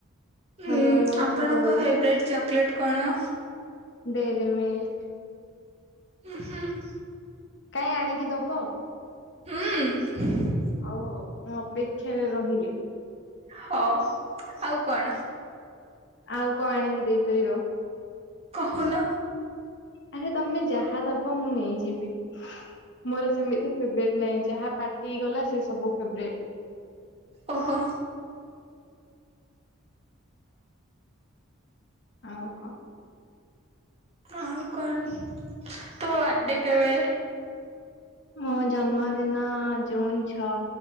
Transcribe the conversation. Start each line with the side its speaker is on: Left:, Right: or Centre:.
Right: ହୁଁ
Left: ଭଲ ଭଲ କଥା
Right: ଆପଣଙ୍କ
Left: କହିବ।
Right: ଫେବରାଇଟ୍ ଚକୋଲେଟ୍ କଣ?
Left: ଡେରିମିଲ୍କ।
Right: ଉଁ ହୁଁ।
Left: କାଇଁ ଆଣିକି ଦବ?
Right: ହୁଁ।
Left: ହଉ ହଉ ମୁଁ ଅପେକ୍ଷାରେ ରହିଲି
Right: ହଁ ଆଉ କଣ।
Left: ଆଉ କଣ ଆଣିକି ଦେଇପାରିବ?
Right: କହୁନ।
Left: ଆରେ ତମେ ଯାହା ଦବ ମୁଁ ନେଇଯିବି ମୋର ସେମିତି ଫେବରେଟ୍ ନାଇଁ। ଯାହା ପାଟିକୁ ଗଲା ସେ ସବୁ ଫେବରେଟ୍।
Right: ଓହୋ।
Left: ଆଉ କଣ?
Right: ଆଉ କଣ ତୁମ ବର୍ଡେ କେବେ?
Left: ମୋ ଜନ୍ମଦିନ ଜୁନ ଛଅ